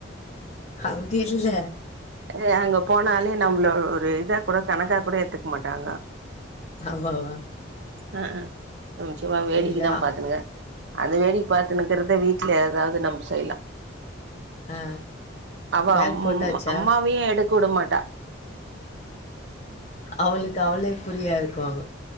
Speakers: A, on the left; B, on the right.
A: அப்டி இல்ல
B: ஏ அங்க போனாலே நம்ள ஒரு இதா கூட கணக்கா கூட எடுத்துக்க மாட்டாங்க
A: ஆவ்வா வா
B: அ அ அம் சும்மா வேடிக்கதா
A: இல்ல
B: பாத்துனுங்க அந்த வேடிக் பாத்துனு கிறத வீட்ல ஏதாவ்து நம்பு செய்லா
A: ஆ
B: அவ
A: பேக்
B: அம்
A: போட்டாச்சா
B: மா போயே எடுக் உட மாட்டா
A: அவளுக்கு அவளே குரியா இருக்குவாங்க